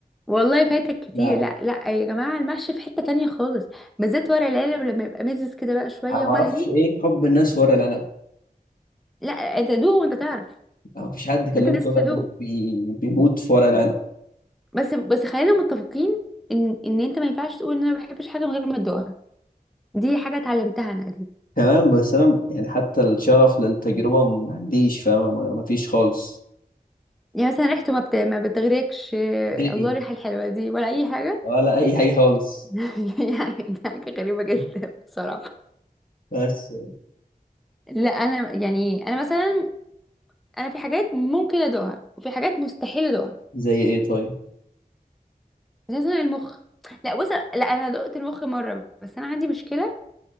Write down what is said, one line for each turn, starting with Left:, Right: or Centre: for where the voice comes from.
Centre: والله فايتك كتير
Left: لا
Centre: لا لا يا جماعه المحشي في حته تانية خالص بالذات ورق العنب لما يبقى مزز كده بقى شويه
Left: انا ما
Centre: ومهري
Left: اعرفش ايه حب الناس في ورق العنب
Centre: لا انت دوق وانت تعرف
Left: ما فيش حد كلمته
Centre: انت لازم
Left: ولا
Centre: تدوق
Left: كان بي... بيموت في ورق العنب
Centre: بس بس خلينا متفقين ان ان انت ما ينفعش تقول ان انا ما بحبش حاجه من غير ما تدوقها دي حاجه اتعلمتها انا دي
Left: تمام بس انا يعني حتى الشغف للتجربه ما عنديش فاهم ما ما فيش خالص
Centre: يعني مثلا ريحته ما بت... ما بتغريكش آه،
Left: نهائي
Centre: الله الريحه الحلوه دي ولا اي حاجه
Left: ولا اي حاجه خالص
Centre: <laughs> يعني دي حاجه غريبه جدا
Left: <laughs>
Centre: بصراحه
Left: بس
Centre: لا انا يعني انا مثلا انا في حاجات ممكن ادوقها وفي حاجات مستحيل ادوقها
Left: زي ايه طيب
Centre: زي مثلا المخ لا بص لا انا دقت المخ مره بس انا عندي مشكله